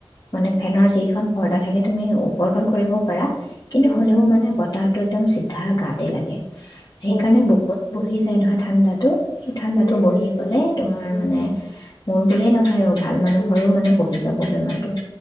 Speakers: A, on the left; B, on the left.
A: মানে ফেনৰ যিখন পৰদা থাকে তুমি ওপৰতল কৰিব পাৰা কিন্তু
B: উম,
A: হ'লেও মানে বতাহ টো একদম চিধা গাঁত তে লাগে। সেইকাৰণে
B: অ',
A: বুকত বহি যায় নহয় ঠাণ্ডাটো। সেই ঠাণ্ডাটো
B: উম,
A: বহি
B: উম,
A: গ'লে,
B: উম, উম,
A: তোমাৰ মানে
B: উম,
A: মোৰ বুলিয়ে নহ ভাল মানুহৰো
B: উম,
A: মানে বহি যাব। নাই <unintelligible>